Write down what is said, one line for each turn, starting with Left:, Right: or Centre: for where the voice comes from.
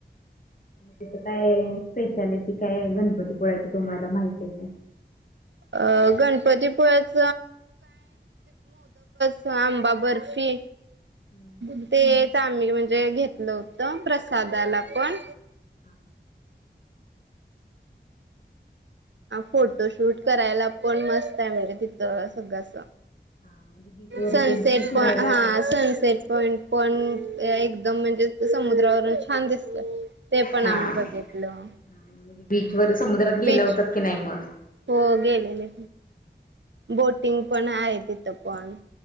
Left: मथ काय स्पेशलिटी काय आहे गणपतीपुळाची तुम्हाला माहिती आहे का
Right: अ गणपतीपुळेच स आंबा बर्फी
Left: हा
Right: बघते य म्ही म्हणजे घेतलं होत प्रसादाला पण
Left: हा
Right: हा फोटोशूट करायला पण मस्त आहे म्हणजे तिथ सगळंस
Left: हा म्हणजे बीच वर
Right: सनसेट
Left: तेन तुम्ही फिरायला
Right: प हा सनसेट पॉंट पण एकदम म्हणजे समुद्रावरून छान दिसत ते पण
Left: हा
Right: आम्ही बघितलं
Left: म्हणजे बीच वर समुद्रात गेला
Right: बीच
Left: होतात की नाही मग
Right: हो गेलेले. बोटिंग पण आहे तिथं पण